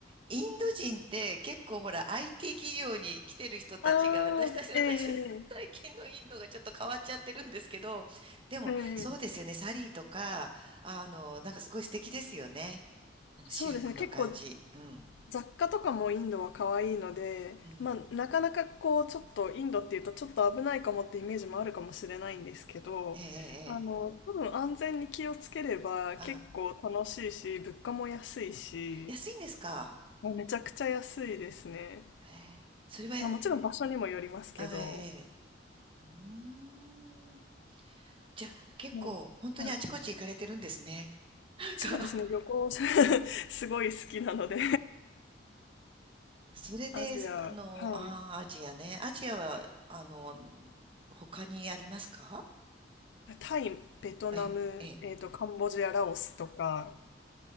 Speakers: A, on the right (about 30°); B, on the left (about 75°).
A: インド人って結構ほら IT 企業に来てる人たちが私たち、
B: ああ、
A: 私、
B: ええ
A: <laughs> 最近のインドがちょっと変わっちゃってるんですけど、でもそうですよね、
B: ええ
A: サリーとか、あの、なんかすごい素敵ですよね。あの、
B: そうですね。
A: シルクの感じ。
B: 結構
A: うん。
B: 雑貨とかもインドは可愛いので、
A: うん。
B: まあ、なかなかこう、ちょっとインドっていうとちょっと危ないかもってイメージもあるかもしれないんですけど、
A: ええ、ええ、
B: あの、
A: ええ
B: 多分安全に気をつければ結構楽しいし、
A: はい。
B: 物価も安いし、
A: 安いんですか
B: まあめちゃくちゃ安いですね。
A: へえそれは、
B: まあ、もちろん場所にもよりますけど、
A: あええ、ええうーん。じゃあ結構本当にあちこち行かれてるんですね。
B: もうはい。
A: なんか
B: そうですね、旅行 <laughs> すごい好きなので
A: それで、
B: <laughs> アジア、
A: あの、
B: はい。
A: ああ、アジアね。アジアは、あの、他にありますか
B: タイ、ベトナム、
A: ええ、ええ、
B: えっと、カンボジア、ラオスとか、